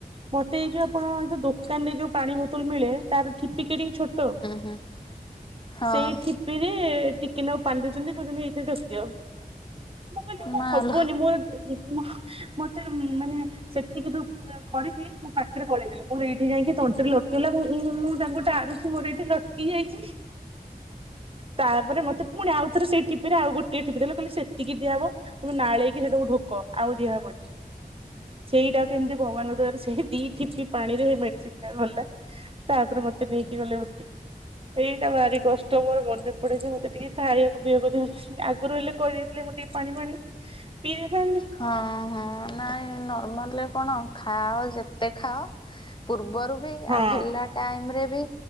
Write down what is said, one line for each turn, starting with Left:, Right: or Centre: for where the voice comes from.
Right: ମତେଇ ଯୋଉ ଆପଣଉ ଦୋକାନରେ ଯୋଉ ପାଣି ବୋତଲ ମିଳେ ତାରଠିପି କେଡ଼ିକି ଛୋଟ ଟୋ
Left: ହୁଁ ହଁ
Right: ସେଇଠି ପିରେ ଟିକେ ନାକୁ ପାଣି ଦଉଚନ୍ତି କହୁଛନ୍ତି ଏଇଥିରେ ଢ଼ୋକି ଦିଅ। ମୁଁ କହିଲି ମୁଁ
Left: ମାଲୋ
Right: ହବନି ମୋର ମୋ ମତେ ମାନେ ସେତିକି ରୁ କରିକି ମୁଁ ପାଟିରେ ଗଳେଇେଲି ମୋର ଏଇଠି ଯାଇକି ତଣ୍ଟିରେ ଲଟିଗଲା ମୁଁ ଉଁ ଉଁ ତାଙ୍କୁ ଟାଣୁଚି ମୋର ଏଇଠି ଲଟ୍ କି ଯାଇଚି। ତାପ ରେ ମତେ ପୁଣି ଆଉ ଥରେ ସେ ଠିପିରେ ଆଉ ଗୋଟିଏ ଠିପି ଦେଲେ କହିଲେ ସେତିକି ଦିଆହବ। ତମେ ନାଳେଇକି ସେଟାକୁ ଢୋକ ଆଉ ଦିଆ ହବନି। ସେଇଟା କେମିତି ଭଗବାନଙ୍କ ଦୟାରୁ ସେଇ ଦିଇ ଠିପି ପାଣି ରେ ହେଇ ମେଡିସିନ ଟା ଗଲା। ତାପରେ ମତେ ନେଇକି ଗଲେ ଓଟିକି। ହେଇଟା ଭାରି କଷ୍ଟ ମୋର ମନେ ପଡେ ଯେ ମତେ ଟିକେ ଖାଇବାକୁ ପିଇବାକୁ ଦେଲେନି ଆଗରୁ ହେଲେ କହିଦେଇଥିଲେ ମୁଁ ଟିକେ ପାଣି ପାଣି ପିଇ ଦେଇଥାନ୍ତି।
Left: ହଁ, ହଁ, ନାଇଁ ନର୍ମାଲେ। କଣ ଖାଅ ଯେତେ ଖାଅ ପୂର୍ବରୁ ବି
Right: ହଁ।
Left: ଆଉ ହେଲା ଟାଇମରେ ବି।